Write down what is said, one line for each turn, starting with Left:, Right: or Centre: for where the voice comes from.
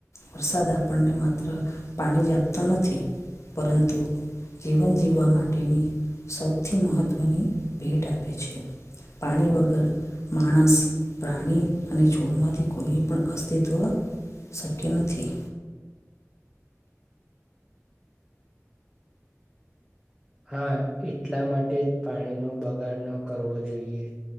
Left: વરસાદ આપણને માત્ર પાણીજ આપતો નથી પરંતુ જીવન જીવવા માટેની સૌથી મહત્ત્વની ભેટ આપે છે પાણી વગર માણસ પ્રાણી અને છોડમાંથી કોઈ પણ અસર અસ્તિત્વ શક્ય નથી
Centre: હા, એટલા માટે જ પાણીનો બગાડ ન કરવો જોઈએ.